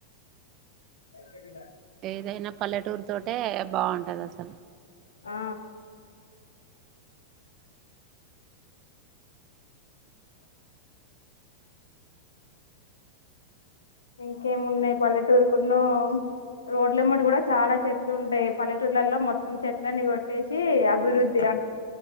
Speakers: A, on the left (about 85°); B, on the right (about 40°).
A: నైటే తిన్నా
B: ఏదైనా పల్లెటూరు తోటే బాగుంటది అసలు
A: ఆ ఇంకేం ఉన్నాయి పల్లెటూరుకున్న రోడ్లె ఎంబెటా కూడా చాలా చెట్లు ఉంటాయి పల్లెటూర్లలో మొత్తం చెట్లన్ని కొట్టేసి అభివృద్ధి